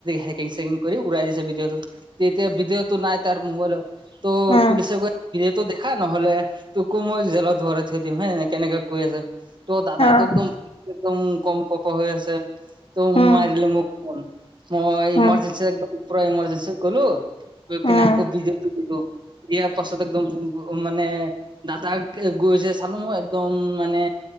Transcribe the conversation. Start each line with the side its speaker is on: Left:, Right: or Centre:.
Right: হেকিং চেকিং কৰি উৰাই দিছে ভিডিঅ' টো, তেতিয়া ভিডিঅ' টো নাই তাৰ মোবাইলত ত'
Left: উম,
Right: পুলিচে কৈছে ভিডিঅ' টো দেখা নহ'লে তোকো মই জেলত ভৰাই থৈ দিম হয় এনেকে এনেকে কৈ আছে ত' দাদাইটো
Left: অ',
Right: একদম একদম কম কপ হৈ আছে ত'
Left: উম,
Right: মাৰিলে মোক ফোন মই ইমাৰজেঞ্চি
Left: উম,
Right: একদম পোৰা ইমাৰজেঞ্চিত গ'লো গৈ
Left: উম,
Right: কিনে আকৌ ভিডিঅ'টো দিলোঁ। ইয়াৰ পাছত একদম মানে দাদাক এ গৈছে চালো মই একদম মানে